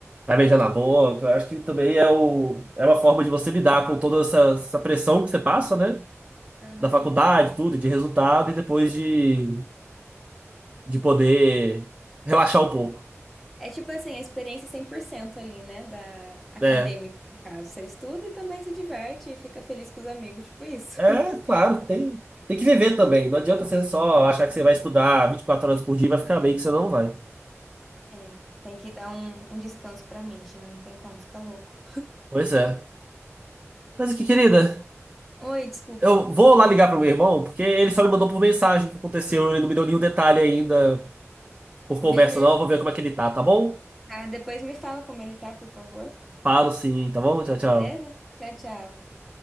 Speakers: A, on the right (about 25°); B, in the centre.
A: vai beijar na boca. Eu acho que também é, o, é uma forma de você lidar com toda essa, essa pressão que você passa, né?
B: aham.
A: Da faculdade, tudo, de resultado, e depois de, de poder relaxar um pouco,
B: É tipo assim, a experiência 100% ali, né? Da acadêmica,
A: né?
B: no caso. Você estuda e também se diverte e fica feliz com os amigos, tipo isso.
A: É,
B: <laughs>
A: claro, tem, tem que viver também. Não adianta você só achar que você vai estudar 24 horas por dia e vai ficar bem que você não vai.
B: É, tem que dar um, um descanso pra mente, né? Não tem como ficar louco.
A: Pois é. Mas aqui, querida.
B: Ô, Oi, desculpa.
A: Eu vou lá ligar pro meu irmão, porque ele só me mandou por mensagem o que aconteceu, ele não me deu nenhum detalhe ainda por
B: Beleza,
A: conversa, não. Eu vou ver como é que ele tá, tá bom?
B: tá? Depois me fala como ele tá, por favor.
A: Falo sim, tá bom? Tchau, tchau.
B: Beleza? Tchau, tchau.